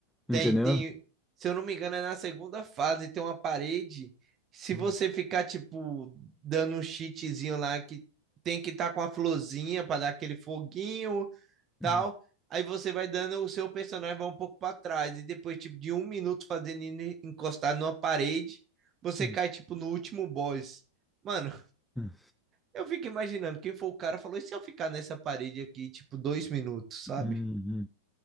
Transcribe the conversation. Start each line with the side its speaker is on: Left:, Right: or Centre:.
Centre: Entendeu?
Right: Tem, tem. Se eu não me engano, é na segunda fase, tem uma parede. Se
Centre: Hum,
Right: você ficar, tipo, dando um cheatzinho lá que tem que estar com a florzinha para dar aquele foguinho,
Centre: hum,
Right: tal. Aí você vai dando, o seu personagem vai um pouco para trás. E depois, tipo, de um minuto fazendo ele encostar numa parede, você
Centre: hum,
Right: cai, tipo, no último boss. Mano,
Centre: hum.
Right: eu fico imaginando, quem for o cara falou, e se eu ficar nessa parede aqui, tipo, dois minutos, sabe?
Centre: Uhum.